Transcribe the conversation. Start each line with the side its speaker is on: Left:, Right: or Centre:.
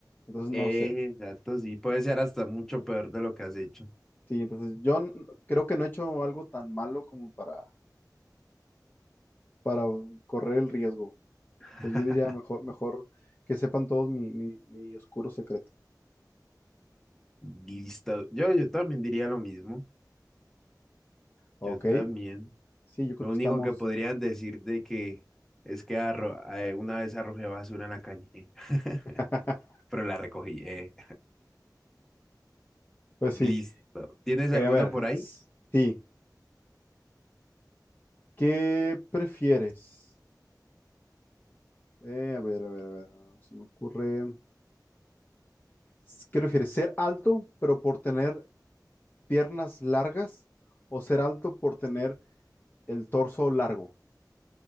Left: Entonces
Centre: Exacto,
Left: no sé.
Centre: sí. Puede ser hasta mucho peor de lo que has hecho.
Left: Sí, entonces yo n- creo que no he hecho algo tan malo como para, para correr el riesgo.
Centre: <laughs>
Left: Entonces yo diría mejor, mejor que sepan todos mi, mi mi oscuro secreto.
Centre: Listo. Yo, yo también diría lo mismo.
Left: Ok.
Centre: Yo también.
Left: Sí, yo creo
Centre: Lo
Left: que
Centre: único
Left: estamos.
Centre: que podrían decir de que es que arro- eh, una vez arrojé basura en la calle, <laughs>
Left: <laughs>
Centre: pero la recogí. eh.
Left: Pues
Centre: Listo.
Left: sí,
Centre: ¿Tienes
Left: Eh,
Centre: alguna
Left: a ver,
Centre: por ahí?
Left: s- sí, ¿qué prefieres? Eh, a ver, a ver, a ver, ah, se me ocurre. S- ¿Qué prefieres? ¿Ser alto pero por tener piernas largas o ser alto por tener el torso largo?